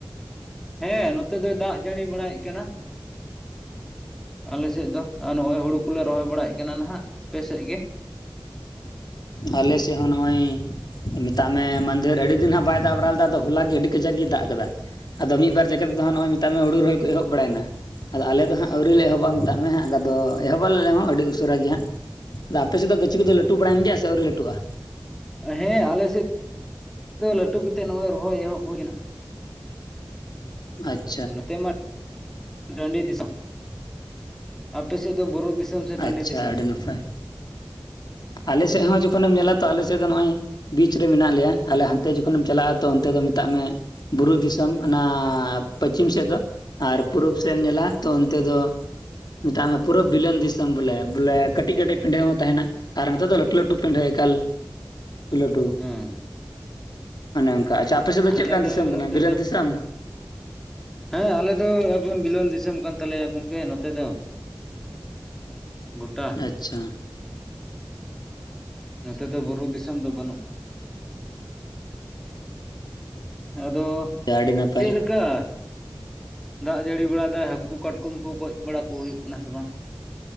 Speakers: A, in the centre; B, on the left.
A: ᱦᱮᱸ ᱱᱚᱛᱮ ᱫᱚᱭ ᱫᱟᱜ ᱡᱟᱹᱲᱤ ᱵᱟᱲᱟ ᱭᱮᱫ ᱠᱟᱱᱟ᱾ ᱟᱞᱮ ᱥᱮᱫ ᱫᱚ ᱱᱚᱜᱼᱚᱭ ᱦᱩᱲᱩ ᱠᱚᱞᱮ ᱨᱚᱦᱚᱭ ᱵᱟᱲᱟ ᱭᱮᱫ ᱠᱟᱱᱟ ᱱᱟᱦᱟᱜ, ᱟᱯᱮ ᱥᱮᱫ ᱜᱮ?
B: ᱟᱞᱮ ᱥᱮᱫ ᱦᱚᱸ ᱱᱚᱜᱼᱚᱭ ᱢᱮᱛᱟᱜ ᱢᱮ ᱢᱟᱹᱫᱷᱮᱨ ᱟᱹᱰᱤ ᱫᱤᱱ ᱦᱟᱸᱜ ᱵᱟᱭ ᱫᱟᱜ ᱵᱟᱲᱟ ᱞᱮᱫᱟ ᱟᱫᱚ ᱦᱚᱞᱟ ᱜᱮ ᱟᱹᱰᱤ ᱠᱟᱡᱟᱠ ᱜᱮᱭ ᱫᱟᱜ ᱟᱠᱟᱫᱟ᱾ ᱟᱫᱚ ᱢᱤᱫ ᱵᱟᱨ ᱡᱟᱜᱟ ᱨᱮᱫᱚ ᱦᱚᱸ ᱢᱮᱛᱟᱜ ᱢᱮ ᱦᱩᱲᱩ ᱨᱚᱦᱚᱭ ᱠᱚ ᱮᱦᱚᱵ ᱵᱟᱲᱟᱭ ᱱᱟ᱾ ᱟᱫᱚ ᱟᱞᱮ ᱫᱚ ᱦᱟᱸᱜ ᱟᱹᱣᱨᱤ ᱞᱮ ᱮᱦᱚᱵᱟ, ᱢᱮᱛᱟᱜ ᱢᱮ ᱦᱟᱸᱜ ᱟᱫᱚ ᱮᱦᱚᱵ ᱟᱞᱮ ᱦᱚᱸ ᱟᱹᱰᱤ ᱩᱥᱟᱹᱨᱟ ᱜᱮ ᱦᱟᱸᱜ ᱟᱫᱚ ᱟᱯᱮ ᱥᱮᱫ ᱫᱚ ᱜᱟᱹᱪᱷᱤ ᱠᱚᱫᱚ ᱞᱟᱹᱴᱩ ᱵᱟᱲᱟᱭ ᱮᱱ ᱜᱮᱭᱟ ᱥᱮ ᱟᱹᱣᱨᱤ ᱞᱟᱹᱴᱩᱜᱼᱟ?
A: ᱦᱮᱸ ᱟᱞᱮ ᱥᱮᱫ ᱫᱚ ᱞᱟᱹᱴᱩ ᱜᱮ ᱛᱮ ᱱᱚᱜᱼᱚᱭ ᱨᱚᱦᱚᱭ ᱮᱦᱚᱵ ᱦᱩᱭ ᱱᱟ᱾
B: ᱟᱪ
A: ᱱᱚᱛᱮ ᱢᱟ ᱰᱟᱹᱴᱤ ᱫᱤᱥᱚᱢ ᱟᱯᱮ ᱥᱮᱫ ᱫᱚ ᱵᱩᱨᱩ ᱫᱤᱥᱚᱢ ᱥᱮ ᱴᱟᱺᱰᱤ
B: ᱟᱪᱪᱷᱟ
A: ᱫᱤᱥᱚᱢ
B: ᱟᱹᱰᱤ ᱱᱟᱯᱟᱭ ᱟᱞᱮ ᱥᱮᱫ ᱦᱚᱸ ᱡᱚᱠᱷᱚ ᱱᱮᱢ ᱧᱮᱞᱟ ᱛᱚ ᱟᱞᱮ ᱥᱮᱫ ᱫᱚ ᱱᱚᱜᱼᱚᱭ ᱵᱤᱪ ᱨᱮ ᱢᱮᱱᱟᱜ ᱞᱮᱭᱟ ᱟᱞᱮ ᱦᱟᱱᱛᱮ ᱡᱚᱠᱷᱚᱱ ᱮᱢ ᱪᱟᱞᱟᱜᱼᱟ ᱛᱚ ᱚᱱᱛᱮ ᱫᱚ ᱢᱮᱛᱟᱜ ᱢᱮ ᱵᱩᱨᱩ ᱫᱤᱥᱚᱢ ᱚᱱᱟ ᱯᱚᱪᱷᱤᱢ ᱥᱮᱫ ᱫᱚ ᱟᱨ ᱯᱩᱨᱩᱵ ᱥᱮᱫ ᱮᱢ ᱧᱮᱞᱟ ᱛᱚ ᱚᱱᱛᱮ ᱫᱚ ᱢᱮᱛᱟᱜ ᱢᱮ ᱯᱩᱨᱟᱹ ᱵᱤᱞᱟᱱ ᱫᱤᱥᱚᱢ ᱵᱚᱞᱮ ᱵᱚᱞᱮ ᱠᱟᱹᱴᱤᱡ ᱠᱟᱹᱴᱤᱡ ᱯᱤᱰᱷᱟᱹ ᱦᱚᱸ ᱛᱟᱦᱮᱱᱟ᱾ ᱟᱨ ᱱᱮᱛᱟᱨ ᱫᱚ ᱞᱟᱹᱴᱩ ᱞᱟᱹᱴᱩ ᱯᱤᱰᱷᱟᱹ ᱮᱠᱟᱞ ᱞᱟᱹᱴᱩ
A: ᱦᱮᱸ
B: ᱚᱱᱮ ᱚᱱᱠᱟ ᱟᱪᱪᱷᱟ ᱟᱯᱮ ᱥᱮᱫ ᱪᱮᱫ
A: ᱟᱞᱮ
B: ᱞᱮᱠᱟᱱ
A: ᱫᱚ
B: ᱫᱤᱥᱚᱢ ᱠᱟᱱᱟ
A: ᱱᱚᱛᱮ
B: ᱵᱤᱞᱟᱹᱱ
A: ᱫᱚ
B: ᱫᱤᱥᱚᱢ
A: ᱦᱮᱸ ᱟᱞᱮ ᱫᱚ ᱮᱠᱫᱚᱢ ᱵᱤᱞᱟᱱ ᱫᱤᱥᱚᱢ ᱠᱟᱱ ᱛᱟᱞᱮᱭᱟ ᱜᱚᱝᱠᱮ ᱱᱚᱛᱮ ᱫᱚ
B: <inaudible>
A: ᱜᱚᱴᱟ
B: ᱟᱪᱪᱷᱟ
A: ᱱᱚᱛᱮ ᱫᱚ ᱵᱩᱨᱩ ᱫᱤᱥᱚᱢ ᱫᱚ ᱵᱟᱹᱱᱩᱜ ᱟ᱾ ᱟᱫᱚ
B: ᱟᱹᱰᱤ ᱱᱟᱯᱟᱭ
A: ᱪᱮᱫ ᱞᱮᱠᱟ ᱫᱟᱜ ᱡᱟᱹᱲᱤ ᱵᱟᱲᱟ ᱮᱫᱟᱭ ᱦᱟᱹᱠᱩ ᱠᱟᱴᱠᱚᱢ ᱠᱚ ᱜᱚᱡ ᱵᱟᱲᱟ ᱠᱚ ᱦᱩᱭᱩᱜ ᱠᱟᱱᱟ ᱥᱮ ᱵᱟᱝ?